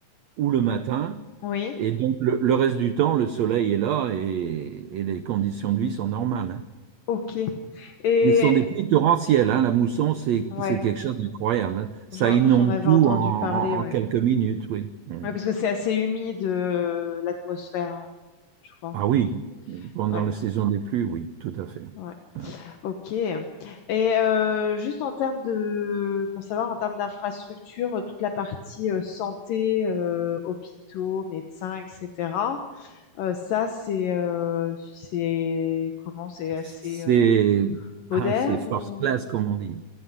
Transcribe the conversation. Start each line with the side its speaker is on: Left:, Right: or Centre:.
Right: ou le matin.
Left: oui,
Right: Et donc, le, le reste du temps, le soleil est là et, et les conditions de vie sont normales. hein.
Left: ok. Et
Right: Mais ce sont des Ouais. pluies torrentielles. hein. La mousson, c'est
Left: ouais,
Right: c'est quelque chose d'incroyable. hein. Ça
Left: j'en
Right: inonde
Left: j'en avais
Right: tout
Left: entendu
Right: en, en-
Left: parler, ouais.
Right: en quelques minutes, oui. Mm.
Left: Ouais, parce que c'est assez humide euh, l'atmosphère, hein, je crois.
Right: Ah oui, pendant
Left: Ouais,
Right: la saison des pluies, oui, tout à fait.
Left: ouais.
Right: Hein.
Left: Ok. Et euh, juste en termes de, pour savoir, en termes d'infrastructure, toute la partie euh, santé, euh, hôpitaux, médecins, etc. Euh, ça, c'est euh, c'est comment? C'est assez
Right: C'est
Left: euh, moderne
Right: ah, c'est first
Left: ou
Right: class, comme on dit.